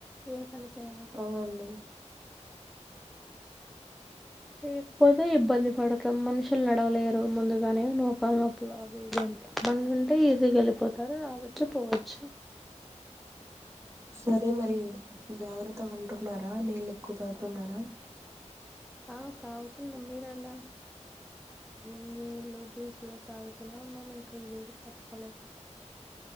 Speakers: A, in the centre; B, on the right.
A: ఏ పని చేయా
B: అవ్వండి.
A: చేయకపోతే ఇబ్బంది పడతం మనుషులు నడవలేరు ముందుగానే మోకాళ్ళ నొప్పులు అవి ఇవి అంటారు. బండ్లు ఉంటే ఈజీగా వెళ్ళిపోతారు రావచ్చు పోవచ్చు.
B: సరే మరి జాగ్రత్తగా ఉంటు న్నారా నీళ్ళ ఎక్కువ తాగుతున్నారా
A: ఆ తాగుతున్నాం మీరు ఎలా మేము నీళ్ళు జ్యూస్లు తాగుతూనే ఉన్నాం ఇంకా ఇ వేడికి తట్టుకోలేక